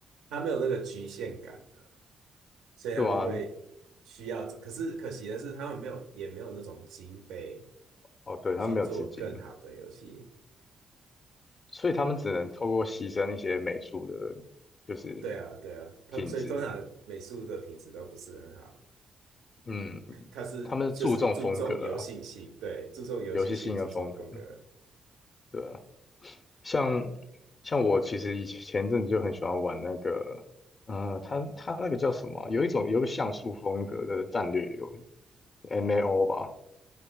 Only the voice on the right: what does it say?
他没有那个局限感的，所以他们会需要找。
可是可惜的是，他们没有也没有那种经费
去做更好的游戏。
对啊，对啊，他所以通常美术的品质都不是很好，
他是就是注重游戏性，
对，注重游戏性，
注重风格。